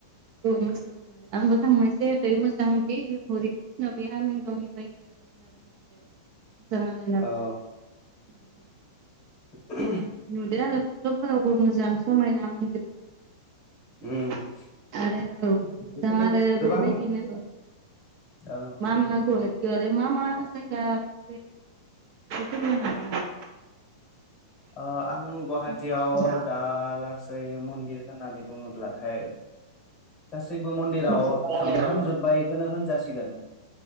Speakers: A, on the right; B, on the left.
A: <unintelligible> आंबो थांनाय जायाखै मोजां बे हरि कृष्ण आमिनगावनि बायदि मोजां नाङो होनना
B: ओ
A: बुङो <unintelligible>
B: <inaudible>
A: नुदो आरो फट'फोरावबो मोजां समायना मन्दिरखौ
B: उम
A: <inaudible> आरो औ मोजां
B: बेबायदिनो
A: आरो
B: गोबां
A: बेबायदिनो औ।
B: ओ
A: मा मा गुवाहा औ आरो मा मा जायगाखौ बेरायखो एसे फोरमायनो हागोन नामा?
B: ओ आं गुवाहाटियाव
A: हागोन
B: दा लासै मन्दिर होननानै बुङोब्लाथाय गासैबो मन्दिराव
A: नामा?
B: थांफ्रामजोब्बायखौनो होनजासिगोन।